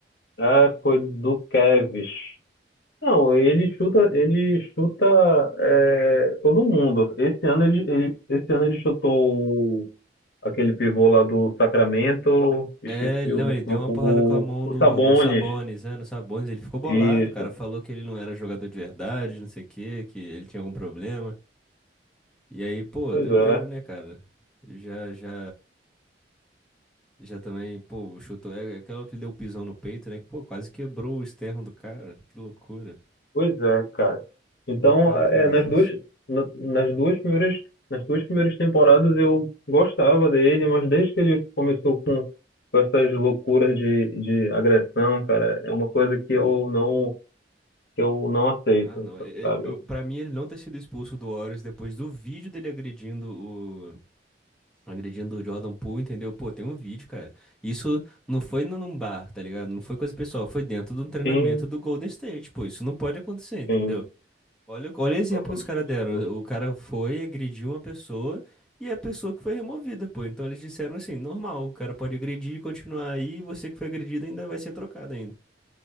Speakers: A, on the left; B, in the centre.
A: Ah, foi do Kevs. Não,
B: É,
A: ele chuta, ele chuta é, todo mundo. Esse ano ele, ele- esse ano ele chutou o- aquele pivô lá do Sacramento, esqueci
B: é, não,
A: o,
B: ele deu uma
A: o,
B: porrada com a mão
A: o
B: no,
A: Sabonis.
B: no Sabonis, né? No Sabonis, ele ficou bolado,
A: Isso.
B: cara. Falou que ele não era jogador de verdade, não sei o quê, que ele tinha algum problema. E aí, pô,
A: Pois
B: doideira,
A: é.
B: né, cara? Já, já, já também, pô, chutou. É aquela que deu o pisão no peito, né? que, Pô, quase quebrou o externo do cara. Que loucura.
A: Pois é, cara. Então,
B: Como é que o cara
A: é,
B: faz
A: nas
B: isso?
A: duas, na- nas duas primeiras, nas duas primeiras temporadas eu gostava dele, mas desde que ele começou com, com essas loucuras de, de agressão, cara, é uma coisa que eu não, que eu não aceito,
B: Ah, não. e-
A: sabe?
B: e- Eu, pra mim, ele não ter sido expulso do Warriors depois do vídeo dele agredindo o. Agredindo o Jordan Poole, entendeu? Pô, tem um vídeo, cara. Isso não foi num num bar, tá ligado? Não foi coisa pessoal, foi dentro de um treinamento
A: Sim,
B: do Golden State. Pô, isso não pode acontecer, entendeu?
A: sim.
B: Olha, o- olha o exemplo
A: Totalmente
B: que os caras
A: absurdo.
B: deram. O o cara foi, agrediu uma pessoa e a pessoa que foi removida, pô. Então eles disseram assim, normal, o cara pode agredir e continuar aí, e você que foi agredido ainda vai ser trocado ainda.